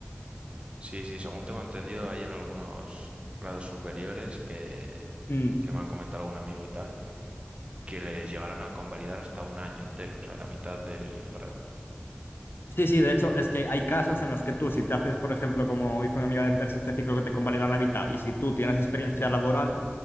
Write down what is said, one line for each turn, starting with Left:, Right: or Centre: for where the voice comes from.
Right: Sí, sí, según tengo entendido, hay en algunos grados superiores que,
Left: Mm.
Right: que me han comentado algún amigo y tal que les llegaran a convalidar hasta un año entero, o sea, la mitad del grado.
Left: Sí, sí, de hecho es que hay casos en los que tú, si te haces, por ejemplo, como hizo una amiga de meterse a este ciclo que te convalidan la mitad, y si tú tienes experiencia laboral